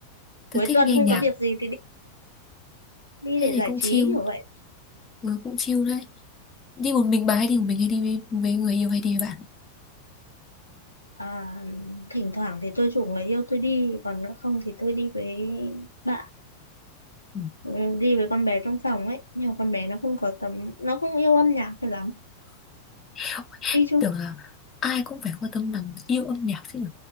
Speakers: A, on the left; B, on the left.
A: cuối
B: tôi thích
A: tuần
B: nghe
A: không
B: nhạc,
A: có việc gì thì đi đi
B: thế
A: để
B: thì
A: giải
B: cũng
A: trí
B: chill,
A: kiểu vậy.
B: ừ, cũng chill đấy. đi một mình bà hay đi một mình hay đi với với người yêu hay đi với bạn
A: À, thỉnh thoảng thì tôi rủ người yêu tôi đi, còn nữa không thì tôi đi với bạn,
B: ừ.
A: ừ, đi với con bé trong phòng ấy. Nhưng mà con bé nó không có tấm, nó không yêu âm nhạc cho lắm.
B: Ôi,
A: Đi chung
B: tưởng là ai cũng phải quan tâm làm yêu âm nhạc chứ nhỉ